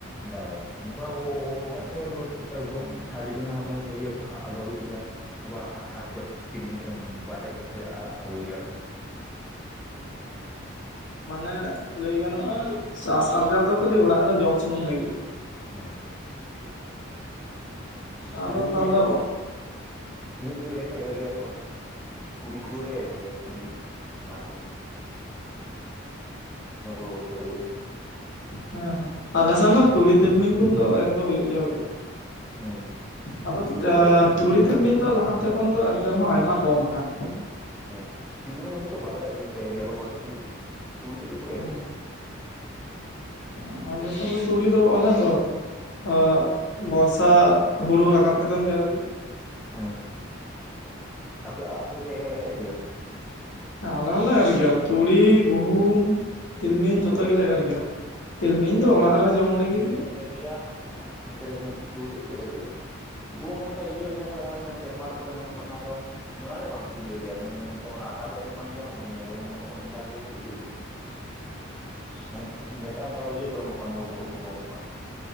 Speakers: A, in the centre; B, on the left.
A: ᱵᱟ ᱵᱟᱝ ᱱᱚᱝᱠᱟ ᱚᱲᱟᱜ ᱠᱚ ᱨᱮ ᱴᱩᱠ ᱴᱟᱠ ᱡᱚᱢ ᱟᱨ ᱡᱩᱫᱤ ᱚᱱᱟ ᱦᱚᱸ ᱵᱟᱝ ᱦᱩᱭᱩᱜ-ᱟ <unintelligible> ᱱᱚᱝᱠᱟ ᱦᱟᱴ ᱠᱚᱡ ᱠᱤᱨᱤᱧ ᱠᱟᱛᱮᱫ ᱵᱟᱡᱟᱨ ᱠᱚᱨᱮ ᱠᱷᱚᱡ ᱟᱹᱜᱩᱭ ᱜᱮᱭᱟᱞᱮ
B: ᱢᱟᱱᱮ ᱞᱟᱹᱭ ᱜᱟᱱᱚᱜ-ᱟ ᱪᱟᱥ ᱟᱨᱡᱟᱣ ᱫᱚ ᱠᱷᱟᱞᱤ ᱚᱲᱟᱜ ᱨᱮ ᱡᱚᱢ ᱥᱩᱢᱩᱝ ᱞᱟᱹᱜᱤᱫ ᱼᱼ
A: <unintelligible>
B: ᱟᱫᱚ
A: ᱟᱨ ᱤᱭᱟᱹ
B: ᱛᱟᱦᱚᱞᱮᱼᱼ
A: ᱡᱚᱠᱷᱚᱡ <unintelligible> ᱛᱩᱲᱤ ᱠᱚᱞᱮ ᱮᱨ ᱜᱮᱭᱟ ᱛᱩᱲᱤ ᱚᱱᱟ ᱠᱚᱼᱼ <unintelligible>
B: ᱦᱮᱸ ᱦᱮᱸ ᱟᱞᱮ ᱥᱮᱱ ᱫᱚ ᱛᱩᱲᱤ ᱛᱤᱞᱢᱤᱧ ᱠᱷᱚᱱ ᱫᱚ ᱮᱨ ᱫᱚ ᱦᱩᱭᱩᱜ ᱜᱮᱭᱟ ᱦᱩᱭ ᱫᱚᱼᱼ
A: ᱦᱮᱸ
B: ᱟᱫᱚ
A: ᱛᱤᱞᱢᱤᱧ
B: ᱛᱮ
A: ᱠᱚᱫᱚ ᱵᱟᱞᱮ ᱮᱨ
B: ᱛᱩᱲᱤ
A: ᱜᱮᱭᱟ
B: ᱛᱤᱞᱢᱤᱧ ᱫᱚ ᱞᱟᱦᱟᱼᱼ ᱛᱚᱠᱷᱚᱱ ᱫᱚ ᱮᱱᱛᱮ ᱨᱮᱦᱚᱸ ᱟᱭᱢᱟ ᱠᱚᱢ ᱟᱠᱟᱱᱟ
A: ᱦᱮᱸ <unintelligible> ᱛᱮᱫ ᱠᱚ ᱮᱨ
B: ᱦᱩᱢ
A: ᱜᱮᱭᱟ
B: ᱦᱩᱢ ᱟᱞᱮ ᱥᱮᱫ ᱫᱚ ᱛᱩᱲᱤ ᱫᱚ ᱚᱱᱮ ᱛᱚᱼᱼ ᱦᱚ ᱵᱚᱨᱥᱟ ᱦᱩᱲᱩ ᱨᱟᱠᱟᱵ ᱠᱟᱛᱮᱱ ᱠᱚ ᱮᱨ ᱜᱮᱭᱟ
A: ᱦᱮᱸ ᱟᱯᱮ ᱟᱯᱮ ᱯᱮ ᱮᱻ ᱮᱨ ᱜᱮᱭᱟ
B: ᱦᱮᱸ ᱟᱞᱮ ᱦᱚᱸᱞᱮ ᱮᱨ ᱜᱮᱭᱟ ᱛᱩᱲᱤ ᱜᱩᱦᱩᱢ ᱛᱤᱞᱢᱤᱧ
A: ᱦᱮᱸ
B: ᱡᱚᱛᱚ ᱜᱮᱞᱮ ᱮᱨ ᱜᱮᱭᱟ ᱛᱤᱞᱢᱤᱧ ᱫᱚ ᱚᱲᱟᱜ ᱨᱮ ᱡᱚᱢ ᱞᱟᱹᱜᱤᱫ ᱜᱮᱼᱼ
A: ᱤᱭᱟ ᱟᱨ ᱚᱱᱛᱮ ᱤᱠᱷᱟᱹᱱ ᱛᱩᱲᱤ ᱛᱮᱫ ᱠᱚ ᱮᱨ ᱜᱮᱭᱟ ᱜᱩᱦᱩᱢ ᱱᱚᱝᱠᱟ ᱤᱭᱟᱹ <inaudible> ᱱᱚᱝᱠᱟ ᱮᱢᱟᱨ ᱠᱚ ᱨᱮ ᱧᱟᱢᱚᱜ ᱠᱟᱱᱟ ᱟᱫᱚᱼᱼ <unintelligible> ᱫᱚ ᱵᱟᱝ ᱠᱚ ᱞᱟᱭ ᱜᱮᱭᱟ ᱟᱴᱟ ᱠᱚ ᱮᱢᱚᱜ ᱠᱟᱱ ᱜᱮᱭᱟ ᱚᱱᱟ ᱨᱩᱴᱤ ᱜᱮᱭᱟ
B: <inaudible>
A: ᱱᱮ ᱱᱮᱛᱟᱨ ᱢᱟᱛᱚ ᱤᱭᱟᱹ ᱠᱩ ᱮᱢᱚᱜ ᱠᱟᱱ ᱜᱩᱦᱩᱢ ᱠᱩᱠᱢᱩ ᱮᱢᱚᱜ ᱠᱟᱱ